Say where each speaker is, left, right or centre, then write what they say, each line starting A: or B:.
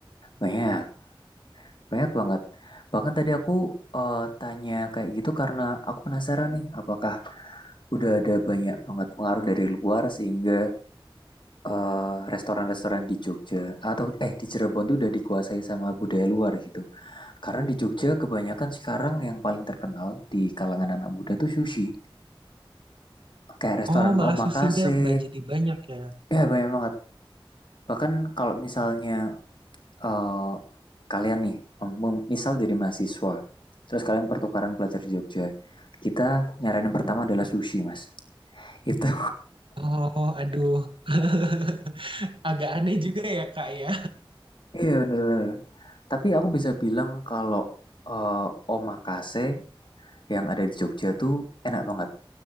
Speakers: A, on the left (about 60°); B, on the right (about 65°).
A: Banyak. Banyak banget. Bahkan tadi aku eh, tanya kayak gitu karena aku penasaran nih, apakah udah ada banyak banget pengaruh dari luar sehingga eh, restoran-restoran di Jogja atau eh di Cirebon tuh udah dikuasai sama budaya luar gitu. Karena di Jogja kebanyakan sekarang yang paling terkenal di kalangan anak muda tuh sushi. Kayak restoran
B: Oh, malah
A: omakase,
B: susinya ba- jadi banyak ya.
A: ya banyak banget. Bahkan kalau misalnya eh, kalian nih, misal jadi mahasiswa, terus kalian pertukaran pelajar di Jogja, kita nyaranin pertama adalah sushi, Mas. <laughs> Itu,
B: Oh, aduh, <laughs> agak aneh juga ya Kak ya.
A: iya bener-bener. Tapi aku bisa bilang kalau eh, omakase yang ada di Jogja tuh enak banget.